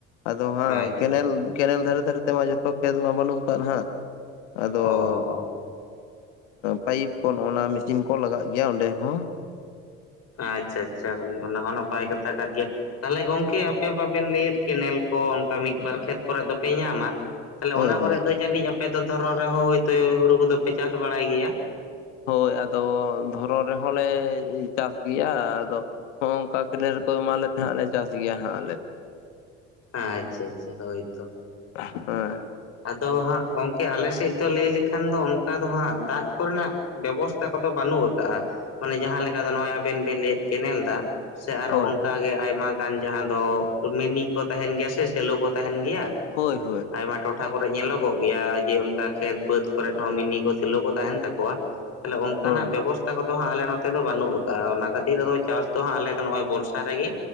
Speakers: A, on the left; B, on the left.
A: ᱟᱫᱚ ᱦᱟᱸᱜ
B: ᱟᱪᱪᱷᱟ
A: ᱠᱮᱱᱮᱞ
B: ᱟᱪᱪᱷᱟ
A: ᱠᱮᱱᱮᱞ ᱫᱷᱟᱨᱮ ᱫᱷᱟᱨᱮ ᱛᱮᱢᱟ ᱡᱚᱛᱚ ᱠᱷᱮᱛ ᱢᱟ ᱵᱟᱹᱱᱩᱜ ᱠᱟᱜ-ᱟ ᱦᱟᱸᱜ ᱟᱫᱚ
B: ᱚ
A: ᱾
B: ᱚ
A: ᱯᱟᱭᱤᱯ ᱠᱚ ᱱᱚᱜᱱᱟ ᱢᱮᱥᱤᱱ ᱠᱚ ᱞᱟᱜᱟᱜ ᱜᱮᱭᱟ ᱚᱸᱰᱮ ᱦᱚᱸ ᱾
B: ᱟᱪᱪᱷᱟ ᱟᱪᱪᱷᱟ ᱦᱳᱭ ᱚᱱᱟ ᱦᱚᱸ ᱱᱟᱯᱟᱭ ᱠᱟᱛᱷᱟ ᱠᱟᱱ ᱜᱮᱭᱟ ᱾ ᱛᱟᱦᱚᱞᱮ ᱜᱚᱢᱠᱮ ᱟᱯᱮ ᱵᱟᱵᱮᱱ ᱞᱟᱹᱭᱮᱫ ᱠᱮᱱᱮᱞ ᱠᱚ ᱚᱱᱠᱟ ᱢᱤᱫ ᱵᱟᱨ ᱠᱷᱮᱛ ᱠᱚᱨᱮ ᱫᱚᱯᱮ ᱧᱟᱢᱟ ᱾ ᱛᱟᱦᱞᱮ
A: ᱦᱳᱭ
B: ᱚᱱᱟ ᱠᱚᱨᱮ
A: ᱦᱳᱭ
B: ᱫᱚ ᱡᱟᱹᱱᱤᱡ ᱟᱯᱮ ᱫᱚ ᱫᱷᱚᱨᱚᱱ ᱨᱮᱦᱚᱸ ᱦᱭᱛᱳ ᱦᱩᱲᱩ ᱠᱚ ᱫᱚᱯᱮ ᱪᱟᱥ ᱵᱟᱲᱟᱭ ᱜᱮᱭᱟ?
A: ᱦᱳᱭ ᱟᱫᱚ ᱫᱷᱚᱨᱚᱱ ᱨᱮᱦᱚᱸ ᱞᱮ ᱪᱟᱥ ᱜᱮᱭᱟ ᱟᱫᱚ ᱾ ᱦᱚᱸ ᱱᱝᱠᱟ ᱠᱮᱱᱮᱞ ᱨᱮᱠᱚ ᱮᱢᱟᱞᱮ <unintelligible> ᱪᱟᱥ ᱜᱮᱭᱟ ᱦᱟᱸᱜ ᱟᱞᱮ ᱫᱚ ᱾
B: ᱟᱪᱪᱷᱟ ᱟᱪᱪᱷᱟ ᱦᱳᱭ ᱛᱚ ᱾
A: <unintelligible>
B: ᱟᱫᱚ ᱦᱟᱸᱜ ᱜᱚᱝᱠᱮ ᱟᱞᱮ ᱥᱮᱫ ᱫᱚ ᱞᱟᱹᱭ ᱞᱮᱠᱷᱟᱱ ᱫᱚ ᱚᱱᱠᱟ ᱫᱚ ᱦᱟᱸᱜ ᱫᱟᱜ ᱠᱚᱨᱮᱱᱟᱜ ᱵᱮᱵᱚᱥᱛᱟ ᱠᱚᱫᱚ ᱵᱟᱹᱱᱩᱜ ᱟᱠᱟᱜᱼᱟ ᱢᱟᱱᱮ ᱡᱟᱦᱟᱸ ᱞᱮᱠᱟ ᱫᱚ ᱱᱚᱜᱼᱚᱭ ᱟᱵᱮᱱ ᱵᱮᱱ ᱞᱟᱹᱭᱮᱫ ᱠᱮᱱᱮᱞ ᱫᱟᱜ ‌ ᱥᱮ ᱟᱨᱚ
A: ᱦᱳᱭ
B: ᱚᱱᱠᱟᱜᱮ ᱟᱭᱢᱟ <unintelligible> ᱡᱟᱦᱟᱸ ᱫᱚ ᱢᱤᱱᱤ ᱠᱚ ᱛᱟᱸᱦᱮᱱ ᱜᱮᱭᱟ ᱥᱮ ᱥᱮᱞᱚ ᱠᱚ ᱛᱟᱸᱦᱮᱱ ᱜᱮᱭᱟ ᱾
A: ᱦᱳᱭ ᱦᱳᱭ ᱾
B: ᱟᱭᱢᱟ ᱴᱚ- ᱴᱷᱟ ᱠᱚᱨᱮ ᱧᱮᱞᱚᱜᱚᱜ ᱜᱮᱭᱟ ᱡᱮ ᱚᱱᱠᱟ ᱠᱷᱮᱛ ᱵᱟᱹᱫᱽ ᱠᱚᱨᱮ ᱦᱚᱸ ᱢᱤᱱᱤ ᱠᱚ ᱥᱮᱞᱚ ᱠᱚ ᱛᱟᱸᱦᱮᱱ ᱛᱟᱠᱚᱣᱟ ᱾ ᱛᱟᱦᱚᱞᱮ ᱚᱱᱠᱟᱱᱟᱜ
A: ᱦᱳᱭ
B: ᱵᱮᱵᱚᱥᱛᱟ ᱠᱚᱫᱚ ᱦᱟᱸᱜ ᱟᱞᱮ ᱱᱚᱛᱮ ᱫᱚ ᱵᱟᱹᱱᱩᱜ ᱠᱟᱼᱟ ᱚᱱᱟ ᱠᱷᱟᱹᱛᱤᱨ ᱟᱫᱚ ᱪᱟᱥ ᱫᱚ ᱦᱟᱸᱜ ᱟᱞᱮ ᱱᱚᱜᱼᱚᱭ ᱵᱚᱨᱥᱟ ᱨᱮᱜᱮ